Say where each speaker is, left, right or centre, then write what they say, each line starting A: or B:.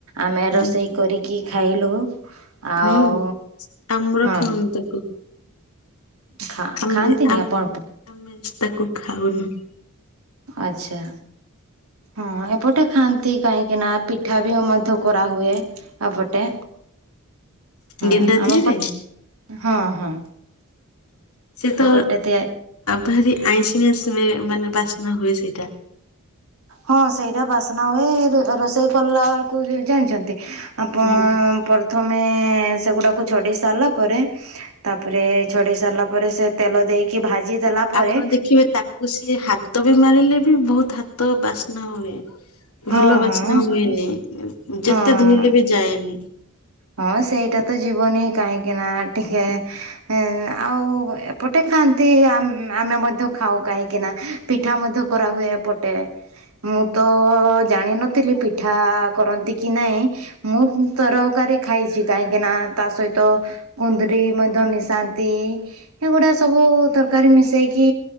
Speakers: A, on the right (about 75°); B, on the left (about 80°).
A: ଆମେ
B: ହୁଁ
A: ରୋଷେଇ କରିକି ଖାଇଲୁ। ଆଉ
B: ହୁଁ ଆମର
A: ହଁ
B: ଖାଉ ତାକୁ
A: ଖା
B: ଆମେ
A: ଖାଆନ୍ତିନି
B: ଆମେ
A: ଆପଣ
B: ଆମେ ତାକୁ ଖାଉନୁ।
A: ଆଚ୍ଛା। ହଁ ଏପଟେ ଖାଆନ୍ତି କାହିଁକି ନା ପିଠା ବି ମଧ୍ୟ କରାହୁୁଏ। ଆପଟେ ହଁ
B: ଗେଣ୍ଡା ଧିଅରେ
A: ଆମ ପଟ୍ ହଁ ହଁ।
B: ସେ ତ
A: ଏପଟେ ତିଆ
B: ଭାରି ଆଇଁଷି ଆସ ମାନେ ବାସ୍ନା ହୁଏ ସେଇଟା।
A: ହଁ ସେଇଟା ବାସ୍ନା ହୁଏ ରୋଷେଇ କଲା ବେଳକୁ ଜାଣିଛନ୍ତି? ଆପଅ
B: ହୁଁ
A: ପର ତମେ ସେ ଗୁଡାକୁ ଛଡେଇ ସାରିଲା ପରେ ତାପରେ ଛଡେଇ ସାରିଲା ପରେ ସେ ତେଲ ଦେଇକି ଭାଜି ଦେଲା ପରେ
B: ଆପଣ ଦେଖିବେ ତାକୁ ସିଏ ହାତ ବି ମାରିଲେ ବି ବହୁତ ହାତ ବାସ୍ନା ହୁଏ। ଭଲ
A: ହଁ
B: ବାସ୍ନା
A: ହଁ
B: ହୁଏନି ଯେତେ
A: ହଁ
B: ଧୋଇଲେ ବି ଯାଏନି।
A: ହଁ ସେଇଟା ତ ଯିବନି କାହିଁକି ନା ଟିକେ ହଁ ଆଉ ଏପଟେ ଖାଆନ୍ତି ଆମେ ମଧ୍ୟ ଖାଉ କାହିଁକି ନା ପିଠା ମଧ୍ୟ କରାହୁଏ ଏପଟେ। ମୁଁ ତ ଜାଣିନଥିଲି ପିଠା କରନ୍ତି କି ନାଇଁ ମୁଁ ତରକାରୀ ଖାଇଛି, କାହିଁକିନା ତା ସହିତ କୁନ୍ଦରି ମଧ୍ୟ ମିଶାନ୍ତି। ଏଗୁଡ଼ା ସବୁ ତରକାରୀ ମିଶାଇକି